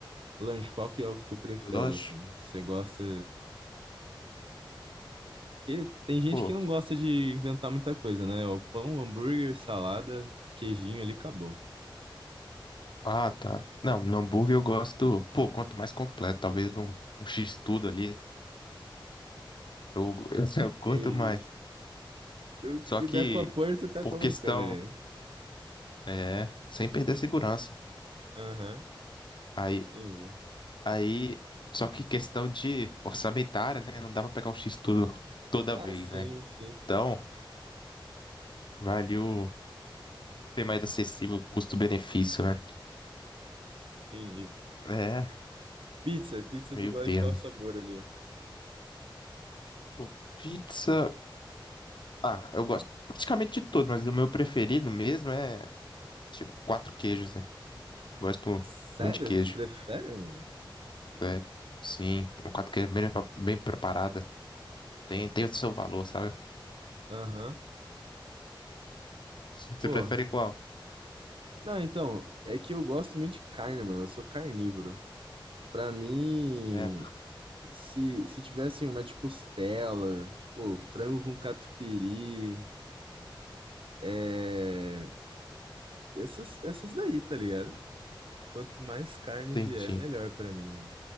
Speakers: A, on the right (about 80°); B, on the left (about 60°).
A: Lanche, qual que é o que tu prefere,
B: Lanche.
A: assim? Você gosta... Porque tem gente
B: Pô.
A: que não gosta de inventar muita coisa, né? É O pão, hambúrguer, salada, queijinho ali, acabou.
B: Ah, tá. Não, no hambúrguer eu gosto. Pô, quanto mais completo, talvez um, um X-tudo ali. Eu, eu, <laughs> eu curto
A: Entendi.
B: mais.
A: O
B: Só
A: que
B: que,
A: der pra pôr, tu tá
B: por
A: colocando
B: questão.
A: ali,
B: É, sem perder a segurança.
A: Aham,
B: Aí,
A: entendi.
B: Aí, só que questão de orçamentária, né? Não dá pra pegar o X tudo toda
A: Ah,
B: vez,
A: sim,
B: né?
A: sim,
B: Então, vale o ter mais acessível custo-benefício, né?
A: entendi.
B: É,
A: Pizza, pizza
B: meio
A: tu gosta
B: termo.
A: de qual sabor ali?
B: Pô, pizza. Ah, eu gosto praticamente de tudo, mas o meu preferido mesmo é tipo quatro queijos, né? Gosto
A: Sério?
B: muito de queijo,
A: Tu prefere, mano?
B: sério. Sim, uma quatro queijos bem, bem preparada. Tem, tem o seu valor, sabe?
A: Aham,
B: Você
A: Pô,
B: prefere qual?
A: não, então, é que eu gosto muito de carne, mano. Eu sou carnívoro. Pra mim,
B: É,
A: se, se tivesse uma de costela, pô, frango com catupiry, é. Essas, essas daí, tá ligado? Quanto mais carne
B: entendi.
A: vier, melhor pra mim, mano.